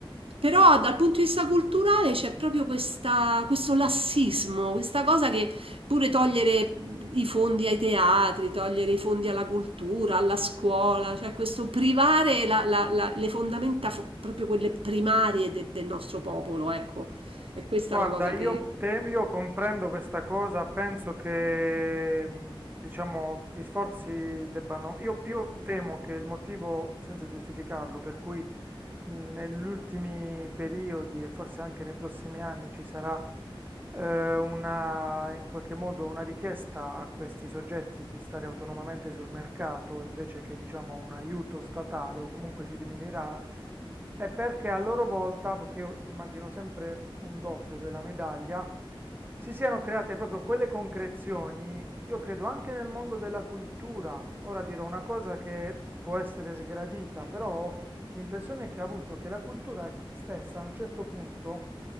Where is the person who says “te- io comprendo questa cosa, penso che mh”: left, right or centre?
Right